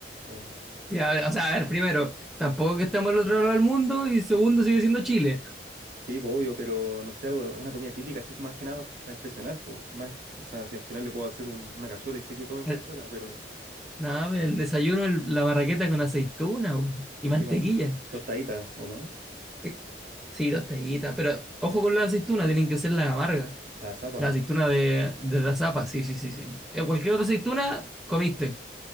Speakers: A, on the right; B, in the centre.
A: o...
B: Ya, o sea, a ver, primero, tampoco que estamos al otro lado del mundo y segundo, sigue siendo Chile.
A: Sí, pues obvio, pero no sé, algo, una comida típica, así más que nada para impresionar, pues. Más, o sea, si al final le puedo hacer un- una cazuela y sé que comen
B: El-
A: cazuela, pero...
B: no, pero el desayuno, el- la marraqueta con aceituna po, y
A: Y así
B: mantequilla.
A: como tostadita, ¿o no?
B: Eh, Sí, dos tallitas, pero ojo con la aceituna, tienen que ser las amargas.
A: La zapa.
B: La aceituna de, de las zapas, sí, sí, sí, sí. Eh, Cualquier otra aceituna, comiste.